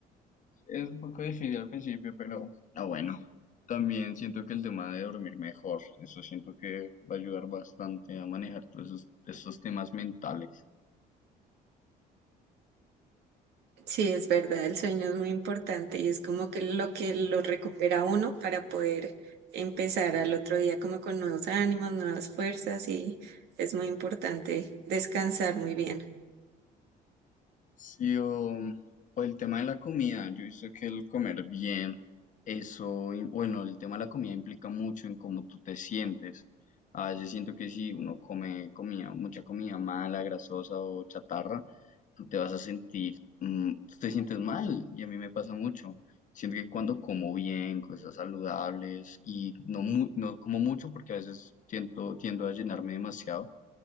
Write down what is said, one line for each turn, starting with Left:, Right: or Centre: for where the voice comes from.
Left: Es un poco difícil al principio, pero, Ah, bueno. También siento que el tema de dormir mejor, eso siento que va a ayudar bastante a manejar todos esos, esos temas mentales.
Right: Sí, es verdad, el sueño es muy importante y es como que lo que lo recupera uno para poder empezar al otro día como con nuevos ánimos, nuevas fuerzas y es muy importante descansar muy bien.
Left: Sí, o, o el tema de la comida, yo he visto que el comer bien, eso, im- bueno, el tema de la comida implica mucho en cómo tú te sientes. A veces siento que si uno come comida, mucha comida mala, grasosa o chatarra, tú te vas a sentir, mm, tú te sientes mal, y a mí me pasa mucho. Siento que cuando como bien, cosas saludables, y no, mu- no como mucho porque a veces siento, tiendo a llenarme demasiado,